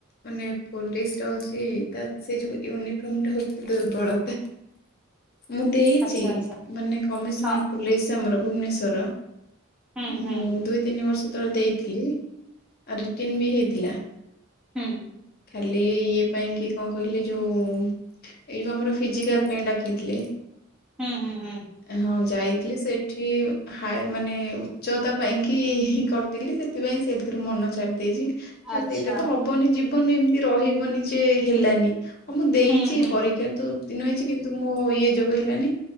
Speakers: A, on the left; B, in the centre.
A: ମାନେ ପୋଲିସ ଟା ହଉଛି ତା ସେ ଯୋଉ ୟୁନିଫର୍ମ ଟା ହଉଛି ଦୁର୍ବଳତା।
B: <inaudible>
A: ମୁଁ ଦେଇଛି
B: ଆଚ୍ଛା ଆଚ୍ଛା
A: ମାନେ କମିଶନର
B: ହଁ
A: ପୋଲିସ ଆମର ଭୁବନେଶ୍ଵରର।
B: ହୁଁ
A: ଉଁ
B: ହୁଁ
A: ଦୁଇ ତିନି ବର୍ଷ ତଳେ ଦେଇଥିଲି ଆଉ ରିଟନ ବି ହେଇଥିଲା।
B: ହୁଁ।
A: କାଲି ଇଏ ପାଇଁ କିି କଣ କହିଲେ ଯୋଉ ଏଇଉ ଆମର ଫିଜିକାଲ ପାଇଁ ଡାକିଥିଲେ
B: ହୁଁ ହୁଁ ହୁଁ
A: ହଁ ଯାଇଥିଲି ସେ ସେଠିଁ ହାୟ ମାନେ ଉଚ୍ଚତା ପାଇଁକି କଟିିଲି ସେଥିପାଇଁ ସେଥିରୁ ମନ ଛାଡି ଦେଇଛି। ଖାସ
B: ଆଚ୍ଛା
A: ସେଇଟା ତ ହବନି ଜୀବନରେ ଏମିତି ରହିବନି ଯେ ହେଲାନି ହଁ ମୁଁ ଦେଇଛି
B: ହୁଁ ହୁଁ
A: ପରୀକ୍ଷା ତ ଉତ୍ତୀର୍ଣ ହେଇଛି କିନ୍ତୁ ମୋ ଇଏ ଯୋଗୁଁ ହେଲାନି।